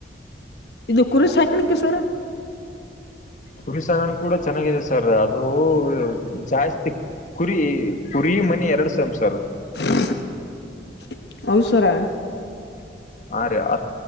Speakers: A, on the left; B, on the left.
A: ಇದು ಕುರಿ ಸಾಕನಿಕೆ ಸರ
B: ಕುರಿ ಸಾಗರಣ ಕೂಡ ಚೆನ್ನಾಗಿದೆ ಸರ್ ಅದು ಜಾಸ್ತಿ ಕುರಿ ಕುರಿ ಬಿ ಮನಿ ಎರಡು ಸಂಸಾರ
A: <unintelligible> ಹೌದ್ ಸರ
B: ಹ ರೀ ಅ